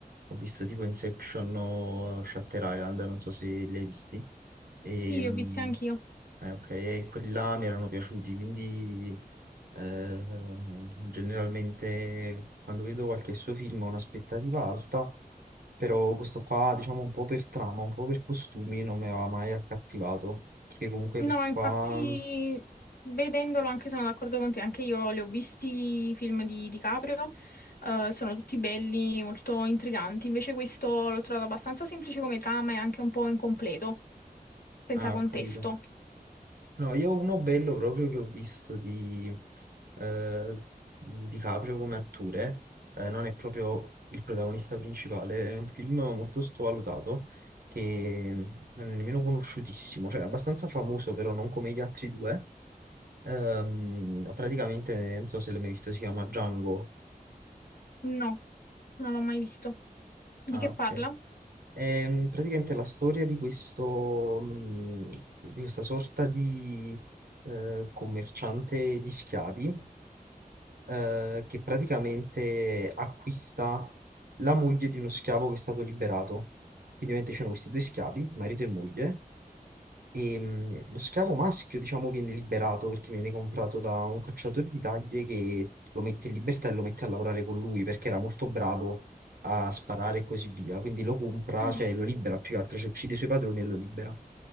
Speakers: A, on the right (about 75°); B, on the left (about 70°).
A: Ho visto tipo Inception o eh, Shutter Island, non so se li hai visti. E,
B: Sì, li
A: mm,
B: ho visti anch'io.
A: Eh, ok, e quelli là mi erano piaciuti, quindi eh, generalmente quando vedo qualche suo film ho un'aspettativa alta, però questo qua, diciamo, un po' per trama, un po' per costumi, non mi aveva mai accattivato, perché comunque
B: No,
A: questi
B: infatti,
A: qua...
B: vedendolo anche sono d'accordo con te, anche io li ho visti i film di DiCaprio, eh, sono tutti belli, molto intriganti. Invece questo l'ho trovato abbastanza semplice come trama e anche un po' incompleto, senza
A: Ah,
B: contesto.
A: ho capito. No, io uno bello proprio che ho visto di eh, DiCaprio come attore, eh, non è proprio il protagonista principale, è un film molto sottovalutato che non è nemmeno conosciutissimo, cioè è abbastanza famoso però non come gli altri due. Ehm, praticamente, non so se l'hai mai visto, si chiama Django.
B: No, non l'ho mai visto. Di
A: Ah,
B: che
A: ok.
B: parla?
A: È mm, praticamente la storia di questo, mh, di questa sorta di eh, commerciante di schiavi eh, che praticamente acquista la moglie di uno schiavo che è stato liberato. Quindi ovviamente c'erano questi due schiavi, marito e moglie, e mh, lo schiavo maschio, diciamo, viene liberato perché viene comprato da un cacciatore di taglie che lo mette in libertà e lo mette a lavorare con lui perché era molto bravo a sparare e così via. Quindi lo compra,
B: Mm,
A: cioè lo libera più che altro, cioè uccide i suoi padroni e lo libera.